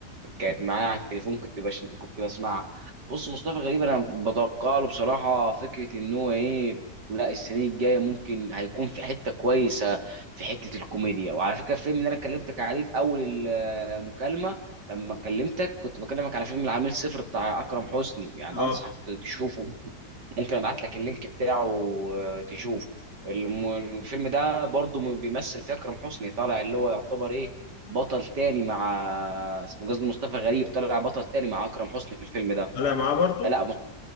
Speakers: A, on the right (about 80°); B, on the left (about 70°).
A: كانت معايا على التليفون كنت بش... كنت بسمعها بص مصطفى غريب انا بتوقع له بصراحه فكره ان هو ايه لا السنه الجايه ممكن هيكون في حته كويسه في حته الكوميديا وعلى فكره الفيلم اللي انا كلمتك عليه في اول المكالمه لما كلمتك كنت بكلمك على فيلم العميل صفر بتاع اكرم حسني يعني
B: فاهم
A: انصحك تشوفه ممكن ابعت لك اللينك بتاعه آه، تشوفه الم- الفيلم ده برضو م- بيمثل فيه اكرم حسني طالع اللي هو يعتبر ايه بطل تاني مع اسمه قصدي مصطفى غريب طلع بطل تاني مع اكرم حسني في الفيلم ده
B: طالع معاه برضو
A: فلا مص-